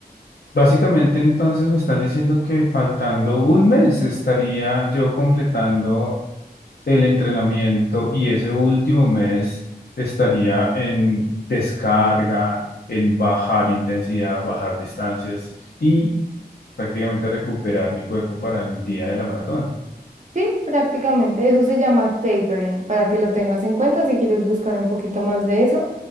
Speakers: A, on the left (about 70°); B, on the right (about 45°).
A: Básicamente, entonces me estás diciendo que faltando un mes estaría yo completando el entrenamiento y ese último mes estaría en descarga, en bajar intensidad, bajar distancias y prácticamente recuperar mi cuerpo para el día de la maratón.
B: Sí, prácticamente. Eso se llama tapering, para que lo tengas en cuenta si quieres buscar un poquito más de eso.